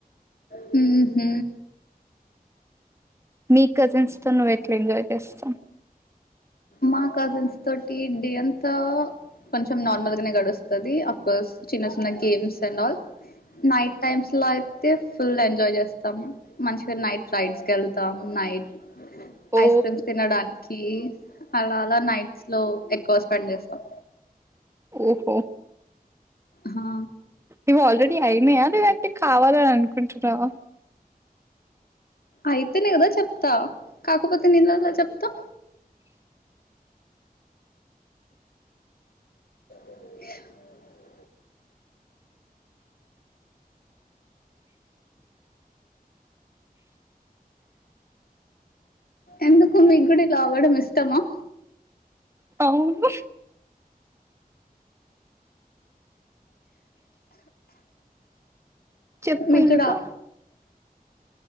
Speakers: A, on the left; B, on the right.
A: హు హ్మ
B: మీ కజిన్స్ తో నువ్వు ఎట్లా ఎంజాయ్ చేస్తావ్
A: మా కజిన్స్ తోటి డే అంతా కొంచెం నార్మల్ గానే గడుస్తది. అఫ్ కోస్ చిన్న చిన్న games and all night times లో అయితే ఫుల్ ఎంజాయ్ చేస్తాం. మంచిగా నైట్ రైడ్స్కేళ్తాం నైట్
B: ఓ
A: ఐస్ క్రీమ్స్ తినడానికి అలా అలా నైట్స్ లో ఎక్కువ స్పెండ్ చేస్తాం
B: ఓహో
A: హా
B: ఇవి ఆల్రెడీ అయినాయా లేదంటే కావాలన్ అనుకుంటున్నావా
A: అయితేనే కదా చెప్తా కాకపోతే నీతో ఏలా చెప్తా <unintelligible> ఎందుకు మిక్ కూడ్ కావడం ఇష్టమా
B: అవును చెప్పు
A: మీక్కడా
B: ఇంకా